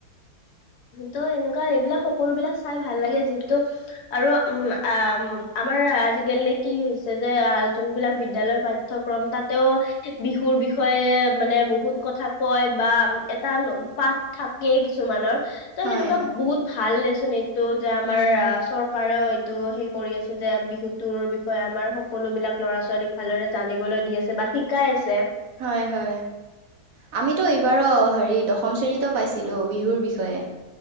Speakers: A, on the left (about 75°); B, on the right (about 65°).
A: ত এনে কা এইবিলাক সকলোবিলাক চাই ভাল লাগে যিহেতু আৰু উম আ আমাৰ আজিকালি কি হৈছে যে যোনবিলাক বিদ্যালয় পাঠ্যক্ৰমসমূহৰ তাতেও বিহুৰ বিষয়ে মানে বহুত কথা কয় বা এটা পাঠ থাকে কিছুমানৰ ত'
B: হয়
A: সেনেকুৱা
B: হয়।
A: বহুত ভাল দেচোন এইটো যে আমাৰ
B: উম হুম
A: আ চৰকাৰেও টো সেই কৰি আছে যে বিহুতোৰ বিষয়ে আমাৰ সকলো বিলাক ল'ৰা -ছোৱালীক ভালদৰে জানিবলৈ দি আছে বা শিকাই আছে।
B: হয় হয়। আমিতো এইবাৰ হেৰি দশম শ্ৰেণীত পাইছিলো বিহুৰ বিষয়ে।